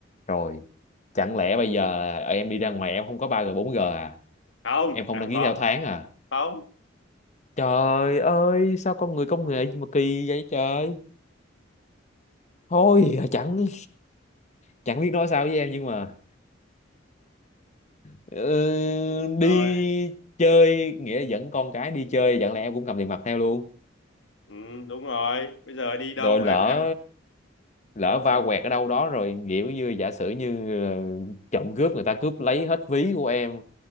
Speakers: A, on the left; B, on the left.
A: rồi chẳng lẽ bây giờ là em đi ra ngoài em không có ba g bốn g à
B: không
A: em không
B: em
A: đăng
B: không
A: ký
B: có
A: theo tháng à
B: không
A: trời ơi sao con người công nghệ gì mà kỳ vậy trời thôi chẳng chẳng biết nói sao với em nhưng mà ừ,
B: rồi
A: đi chơi nghĩa là dẫn con cái đi chơi chẳng lẽ em cũng cầm tiền mặt theo luôn
B: ừ, đúng rồi bây giờ đi đâu
A: rồi lỡ
B: em em
A: lỡ va
B: ừ.
A: quẹt ở đâu đó rồi kiểu như giả sử như ờ, trộm cướp người ta cướp lấy hết ví của em